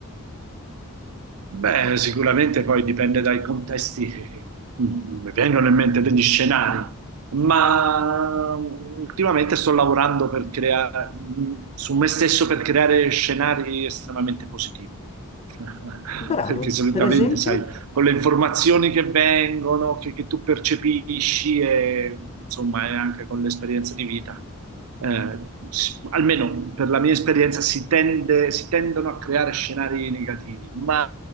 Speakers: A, on the right; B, on the left.
A: Beh, sicuramente poi dipende dai contesti che mm, mi vengono in mente degli scenari, ma ultimamente sto lavorando per crea- su me stesso per creare scenari estremamente positivi. <laughs>
B: Bravo,
A: Perché solitamente,
B: per esempio,
A: sai, con le informazioni che vengono, che, che tu percepisci e insomma, e anche con l'esperienza di vita. eh, s- almeno per la mia esperienza, si tende- si tendono a creare scenari negativi, ma